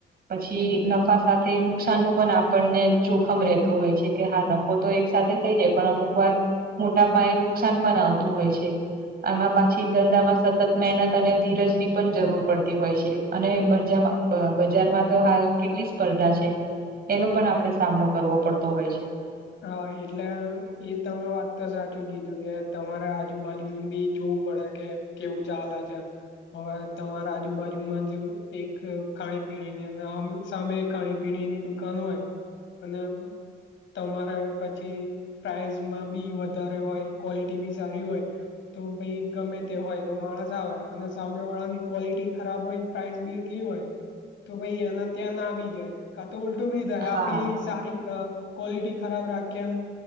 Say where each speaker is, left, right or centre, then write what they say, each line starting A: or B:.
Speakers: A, on the right; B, on the left.
A: પછી નફા સાથે નુકસાન નું પણ આપણને જોખમ રહેતું હોય છે કે હા નફ ફો તો એક સાથે થઈ જાય પણ અમુક વાર મોટા પાયે નુકસાન પણ આવતું હોય છે. આમાં પાછી ધંધામાં સતત મહેનત અને ધીરજની પણ જરૂર પડતી હોય છે. અને બજાર બજારમાં તો, હાલ કેટલી સ્પર્ધા છે, એનો પણ આપણે સામનો કરવો પડતો હોય છે.
B: હા એટલે એ તમે વાત તો સાચું કીધું કે તમારે આજુબાજુનું બી જોવું પડે. કે કેવું ચાલે છે. હવે તમારા આજુબાજુમાં જ એક ખાણી પીણીની અને આમ, સામે ખાણી પીણીની દુકાન હોય અને, તમારા પછી પ્રાઇસમાં બી વધારે હોય ક્વોલિટી બી સારી હોય. તો ભાઈ ગમે તે હોય તો માણસ આવે અને સામે વાળા ની ક્વોલિટી ખરાબ હોય. પ્રાઇસ બી એટલી હોય તો ભાઈ એના ત્યાં ના વી જાય. કા તો ઉલટું બી થાય
A: હા
B: આપડી સારી અ, ક્વોલિટી ખરાબ રાખ્યા અન